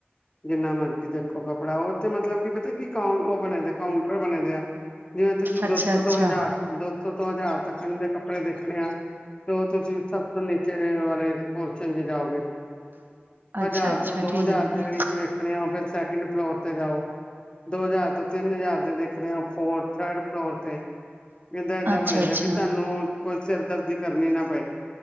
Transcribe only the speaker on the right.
ਅੱਛਾ
ਅੱਛਾ
ਅੱਛਾ
ਅੱਛਾ
ਠੀਕ
ਹੈ
ਅੱਛਾ
ਅੱਛਾ